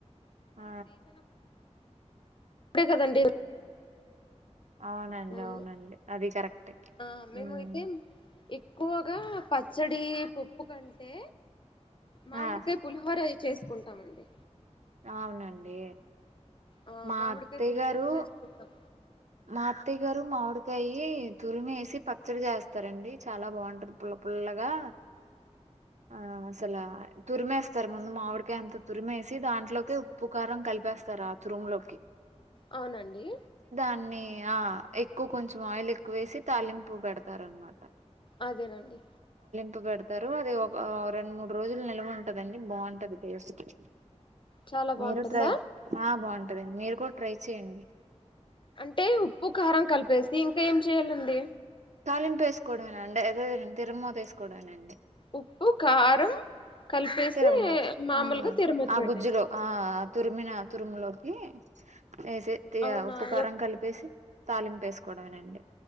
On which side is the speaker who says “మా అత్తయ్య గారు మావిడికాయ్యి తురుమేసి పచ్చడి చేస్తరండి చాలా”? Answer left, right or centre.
Right